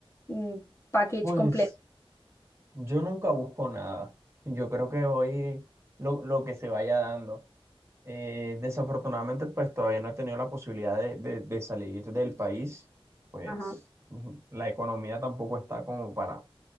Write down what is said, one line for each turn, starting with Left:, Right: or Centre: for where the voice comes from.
Left: mm, package
Right: Pues
Left: completo?
Right: yo nunca busco nada. Yo creo que voy lo, lo que se vaya dando. Eh, desafortunadamente, pues todavía no he tenido la posibilidad de, de- de salir del país, pues
Left: Ajá.
Right: ujú, la economía tampoco está como para,